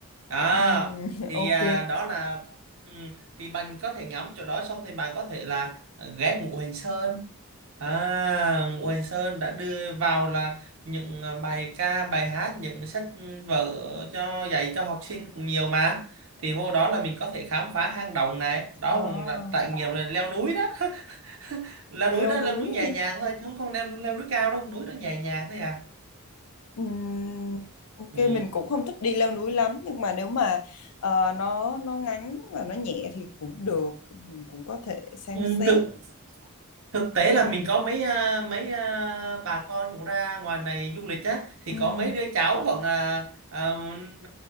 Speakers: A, on the right (about 65°); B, on the left (about 85°).
A: đó
B: Ừm, <laughs>
A: thì
B: ok
A: à, đó là ừ, thì bạn có thể ngắm chỗ đó xong thì bạn có thể là à, ghé Ngũ Hành Sơn À, Nguyễn Sơn đã đưa vào là những ờ, bài ca, bài hát, những sách vở cho dạy cho học sinh cũng nhiều mà. Thì vô đó là mình có thể khám phá hang động này, đó
B: à,
A: cũng là trải nghiệm là leo núi đó. <laughs> Leo
B: leo
A: núi đó
B: núi
A: leo núi nhẹ
B: hả?
A: nhàng thôi, chứ không không leo leo núi cao đâu, núi đó nhẹ nhàng thôi à.
B: Ừm, ok
A: Ừ.
B: mình cũng không thích đi leo núi lắm nhưng mà nếu mà ờ, nó nó ngắn và nó nhẹ thì cũng được mình cũng có thể xem
A: Ừ,
B: xét
A: tự thực tế là mình có mấy à, mấy à, bà con cũng ra ngoài này du lịch á thì
B: Ừm.
A: có mấy đứa cháu khoảng uh,